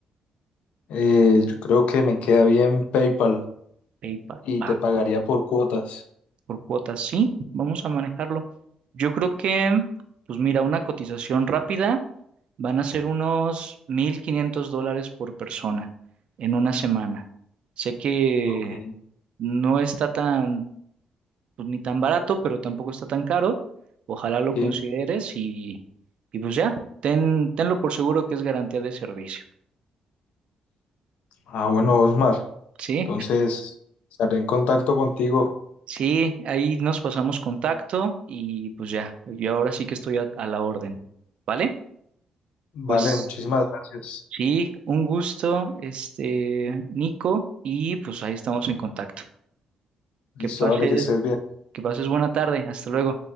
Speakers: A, on the left; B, on the right.
A: Eh, yo creo que me queda bien PayPal
B: PayPal
A: y
B: va
A: te pagaría por cuotas.
B: por cuotas, sí, vamos a manejarlo. Yo creo que, pues mira, una cotización rápida van a ser unos 1.500 dólares por persona en una semana. Sé que
A: Ok.
B: no está tan pues ni tan barato, pero tampoco está tan caro. Ojalá lo
A: Sí,
B: consideres y, y pues ya, ten, tenlo por seguro que es garantía de servicio.
A: Ah, bueno, Osmar,
B: Sí,
A: entonces estaré en contacto contigo.
B: sí, ahí nos pasamos contacto y pues ya, yo ahora sí que estoy a, a la orden, ¿vale?
A: Vale,
B: Pues
A: muchísimas gracias.
B: sí, un gusto, este, Nico, y pues ahí estamos en contacto.
A: Listo,
B: Que pases,
A: dale, que estés bien.
B: que pases buena tarde, hasta luego.